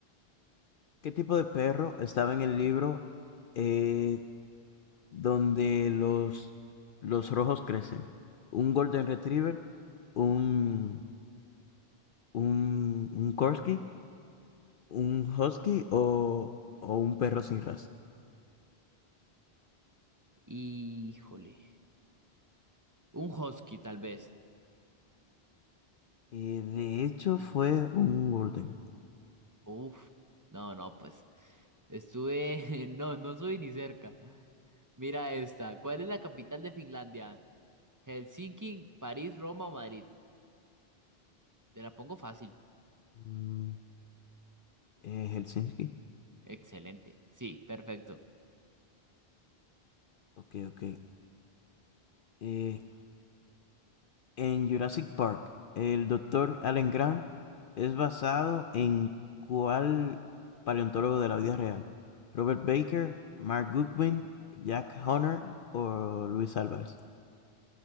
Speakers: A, on the left; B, on the right.
A: qué tipo de perro estaba en el libro eh, donde los, los rojos crecen? ¿Un Golden Retriever? ¿Un un, un Corgi, un Husky o, o un perro sin raza.
B: Híjole. Un husky, tal vez.
A: Eh, de hecho, fue un Golden.
B: Uf. No, no, pues. Estuve. <laughs> No, no soy ni cerca. Mira esta. ¿Cuál es la capital de Finlandia? Helsinki, París, Roma o Madrid. Te la pongo fácil.
A: Mm, eh, Helsinki.
B: Excelente. Sí, perfecto.
A: Ok, ok. Eh, en Jurassic Park, el doctor Alan Grant es basado en cuál paleontólogo de la vida real? Robert Baker, Mark Goodwin, Jack Honor o Luis Álvarez.